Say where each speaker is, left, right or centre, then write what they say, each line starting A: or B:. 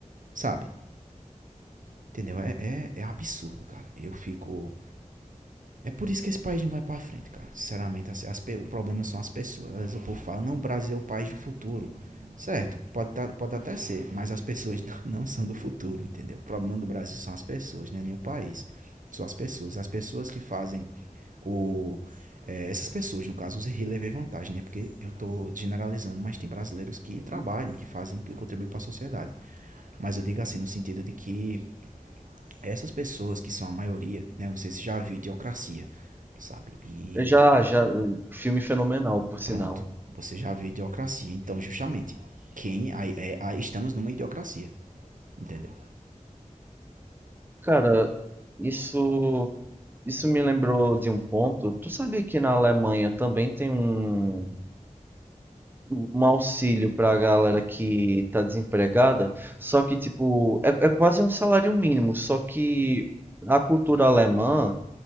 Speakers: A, on the right; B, on the right.
A: sabe? Entendeu? É, é, é absurdo, cara. Eu fico É por isso que esse país não vai pra frente, cara. Sinceramente, as, as o problema são as pessoas. Às vezes o povo fala, não, o Brasil é o país do futuro. Certo, pode, tá- pode até ser, mas as pessoas <laughs> não, não são do futuro, entendeu? O problema do Brasil são as pessoas, não é nem o país. São as pessoas. As pessoas que fazem o. é, essas pessoas, no caso, os relevei vantagem, né? Porque eu tô generalizando, mas tem brasileiros que
B: Uhum.
A: trabalham, que fazem, que contribuem para a sociedade. Mas eu digo assim, no sentido de que essas pessoas que são a maioria, né? Não sei se já viu Idiocracia, sabe? E
B: Já, já, hum, filme fenomenal, por sinal.
A: pronto, você já viu Idiocracia. Então, justamente, quem aí, é, aí estamos numa idiocracia, entendeu?
B: Cara, isso, isso me lembrou de um ponto. Tu sabia que na Alemanha também tem um, um auxílio pra galera que tá desempregada? Só que, tipo, é, é quase um salário mínimo, só que a cultura alemã.